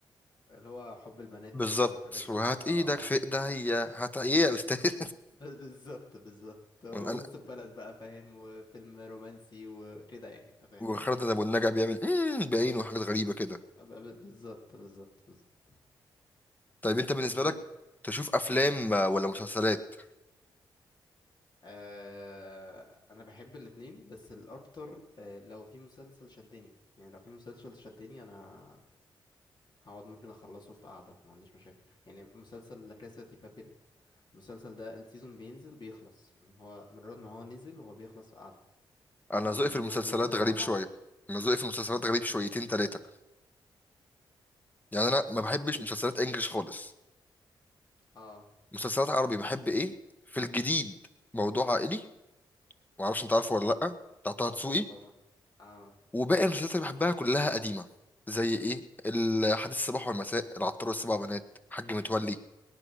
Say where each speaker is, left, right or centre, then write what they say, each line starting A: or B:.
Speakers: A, on the left; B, on the left.
A: اللي هو حب البنات
B: بالظبط
A: تقريبا أو حاجة شبه
B: وهات
A: كده. اه
B: ايدك في
A: آه.
B: ايديا هات ايه يا استاذ
A: <laughs> ب- بالظبط بالظبط هو
B: <laughs> وانا
A: وسط البلد بقى فاهم وفيلم رومانسي وكده يعني انت فاهم
B: وخالد ابو النجا بيعمل امم بعينه وحاجات غريبه كده
A: ب- ب- بالظبط بالظبط بالظبط
B: طيب انت بالنسبه
A: طب
B: لك تشوف افلام ولا مسلسلات
A: آه انا بحب الاتنين بس الاكتر آه لو في مسلسل شدني يعني لو في مسلسل شدني انا هقعد ممكن اخلصه في قعده ما عنديش مشاكل يعني مسلسل لا كاسا دي بابيل المسلسل ده السيزون بينزل بيخلص يعني هو مجرد ما هو نزل هو بيخلص في قعده
B: انا
A: هو
B: ذوقي
A: ميزته
B: في المسلسلات
A: ان هو بينزل
B: غريب
A: مع بعض
B: شويه انا ذوقي في المسلسلات غريب شويتين ثلاثه يعني انا ما بحبش مسلسلات انجليش خالص
A: اه
B: مسلسلات عربي بحب ايه في الجديد موضوع عائلي معرفش انت عارفه
A: ده تحفه
B: ولا لأ بتاع طه
A: تحفه
B: دسوقي
A: طبعا اه
B: وباقي المسلسلات اللي بحبها كلها قديمة زي ايه الحديث الصباح والمساء العطار والسبع بنات حاج متولي